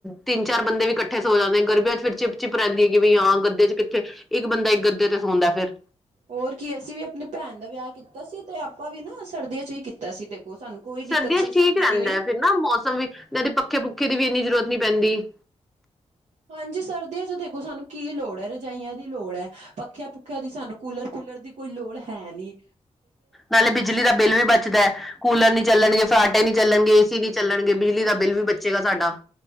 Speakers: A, in the centre; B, on the right (about 70°).
A: ਤਿੰਨ ਚਾਰ ਬੰਦੇ ਵੀ ਇਕੱਠੇ ਸੋਂ ਜਾਂਦੇ ਗਰਬੀਆਂ ਚ ਫਿਰ ਚਿਪ ਚਿੱਪ ਰਹਿੰਦੀ ਹੈ ਕਿ ਵੀ ਹਾਂ ਗੱਦੇ ਚ ਕਿੱਥੇ, ਇੱਕ ਬੰਦਾ ਇੱਕ ਗੱਦੇ ਤੇ ਸੌਂਦਾ ਫਿਰ।
B: ਹੋਰ ਕੀ ਅਸੀਂ ਵੀ ਆਪਣੀ ਭੈਣ ਦਾ ਵਿਆਹ ਕੀਤਾ ਸੀ, ਤੇ ਆਪਾਂ ਵੀ ਨਾ ਸਰਦੀਆਂ ਚ ਵੀ ਕੀਤਾ ਸੀ ਦੇਖੋ ਸਾਨੂੰ। ਕੋਈ
A: ਸਰਦੀਆਂ
B: ਦਿੱਕਤ ਪਰੇਸ਼ਾਨੀ
A: ਚ ਠੀਕ ਰਹਿੰਦਾ
B: ਨਹੀਂ ਹੋਈ
A: ਹੈ ਫਿਰ ਨਾ ਮੌਸਮ ਵੀ, ਇਹਦੀ ਪੱਖੇ ਪੱਖੇ ਦੀ ਵੀ ਇੰਨੀ ਜ਼ਰੂਰਤ ਨਹੀਂ ਪੈਂਦੀ।
B: ਹਾਂਜੀ ਸਰਦੀਆਂ ਚ ਦੇਖੋ ਸਾਨੂੰ ਕੀ ਲੋੜ ਹੈ, ਰਜਾਈਆਂ ਦੀ ਲੋੜ ਹੈ ਪੱਖਿਆ ਪੁੁੱਖਿਆਂ ਦੀ ਸਾਨੂੰ ਕੂਲਰ ਪੂਲਰ ਦੀ ਕੋਈ ਲੋੜ ਹੈ ਨਹੀਂ।
A: ਨਾਲੇ ਬਿਜਲੀ ਦਾ ਬਿੱਲ ਵੀ ਬਚਦਾ ਹੈ। ਕੂਲਰ ਨੀ ਚੱਲਣਗੇ, ਫਰਾਟੇ ਨੀ ਚੱਲਣਗੇ, ਏ ਸੀ ਨੀ ਚੱਲਣਗੇ ਬਿਜਲੀ ਦਾ ਬਿੱਲ ਵੀ ਬਚੇਗਾ ਸਾਡਾ।